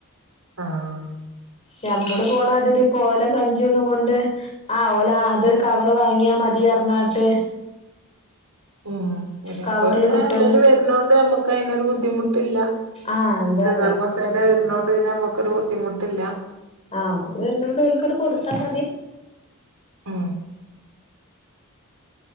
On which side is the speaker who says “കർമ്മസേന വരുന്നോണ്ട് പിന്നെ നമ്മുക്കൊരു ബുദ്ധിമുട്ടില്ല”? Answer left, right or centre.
Right